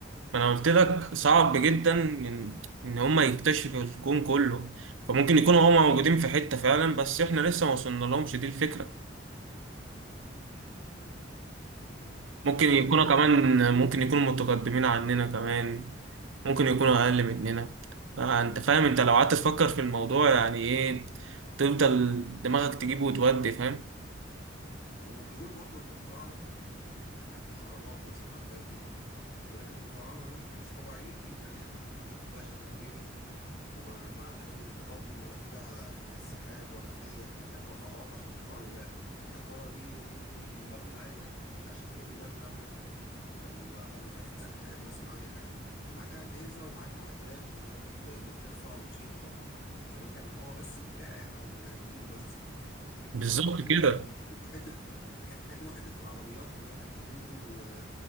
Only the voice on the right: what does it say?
ما انا قلت لك صعب جدا ان ان هما يكتشفوا الكون كله فممكن يكونوا هما موجودين في حتة فعلا بس احنا لسه ما وصلنا لهمش دي الفكرة
ممكن
يكونوا كمان ممكن يكونوا متقدمين عننا كمان ممكن يكونوا اقل مننا فانت فاهم انت لو قعدت تفكر في الموضوع يعني ايه تفضل دماغك تجيبه وتودي فاهم
بالظبط
كده